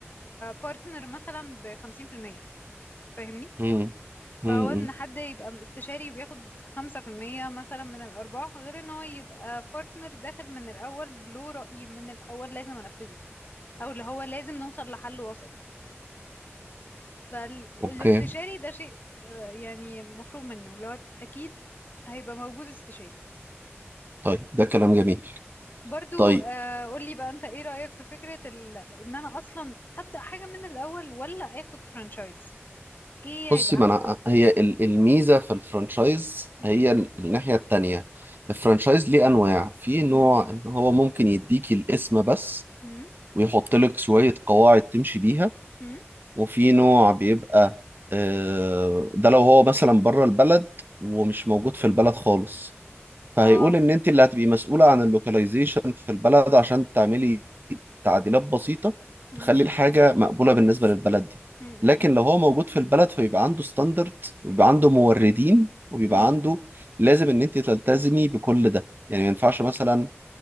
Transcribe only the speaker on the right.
امم
امم
امم.
اوكي
طيب ده كلام جميل
طيب
بصي
ما
انا هي ال- الميزه في الفرانشايز
هي ال- الناحيه التانية الفرانشايز ليه انواع في نوع
ان هو ممكن يديك الاسم بس
ويحط لك شويه قواعد تمشي بيها
وفي نوع بيبقى آه، ده لو هو مثلا بره البلد ومش موجود في البلد خالص فهيقول
ان انت اللي هتبقي مسؤولة عن اللوكاليزيشن في البلد عشان تعملي تعديلات بسيطة
تخلي الحاجة مقبولة بالنسبة للبلد دي
لكن لو هو موجود في البلد فبيبقى عنده ستاندرد ويبقى عنده موردين وبيبقى
عنده لازم ان انت تلتزمي بكل ده يعني ما ينفعش مثلا